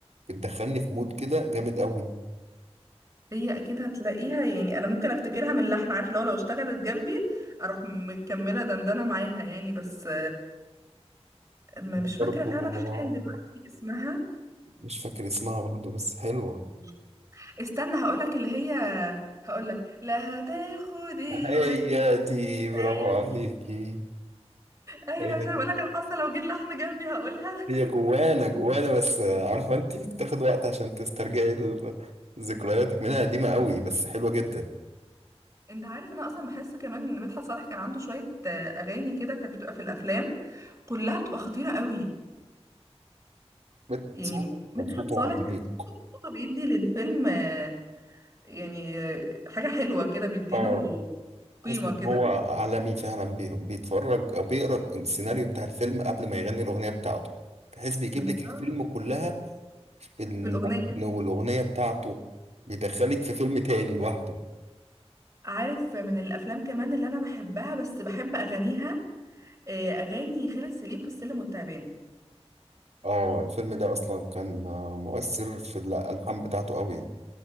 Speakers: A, on the right; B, on the right.
A: بتدخلني في مود كده جامد قوي
B: هي اكيد هتلاقيها يعني انا ممكن افتكرها من اللحن عارفه لو لو اشتغلت جنبي اروح مكمله دندنه معاها يعني بس م-
A: أنا
B: مش فاكرة
A: برضه
B: فعلا حاليا دلوقتي
A: آه،
B: اسمها
A: مش فاكر اسمها برضه بس حلوة
B: بس استنى هقولك اللي هي هقولك لا هتاخدي
A: هي
B: ولا هتاخدي
A: دي برافو
B: ايوه
A: عليكي
B: مش عارفه
A: هي دي
B: اقولك انا حاسه لو جه اللحن جنبي هقولها
A: هي
B: <laughs>
A: جوانا جوانا بس عارفة انت بتاخد وقت عشان تسترجعي ال- ذكرياتك منها قديمة قوي بس حلوة جدا
B: انت عارف إن انا اصلا بحس كمان ان مدحت صالح كان عنده شويه آه، اغاني كده كانت بتبقى في الافلام كلها بتبقى خطيره قوي
A: مدحت
B: يعني
A: صالح
B: مدحت
A: كان صوته
B: صالح
A: عميق
B: كان صوته بيدي للفيلم آه، يعني آه، حاجه حلوه كده بيديله
A: اه
B: قيمه
A: تحس ان
B: كده
A: هو عالمي فعلا بي- بيتفرج او بيقرا السيناريو بتاع الفيلم قبل ما يغني الاغنية بتاعته تحس بيجيب
B: بالظبط
A: لك الفيلم كلها باللحن
B: في الاغنيه
A: والاغنية بتاعته بيدخلك في فيلم تاني لوحده
B: عارف من الافلام كمان اللي انا بحبها بس بحب اغانيها آه، اغاني خالد سليم في السلم والتعبان
A: اه الفيلم ده اصلا كان آه، مؤثر في الالحان بتاعته قوي